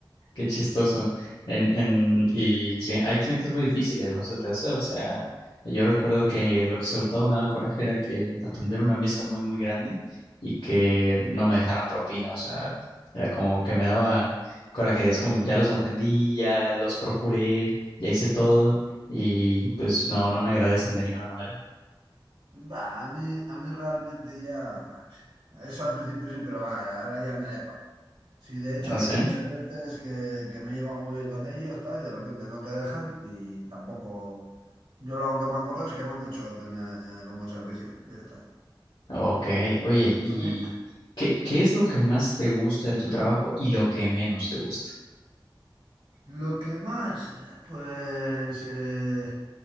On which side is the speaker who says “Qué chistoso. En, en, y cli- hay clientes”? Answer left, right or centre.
Left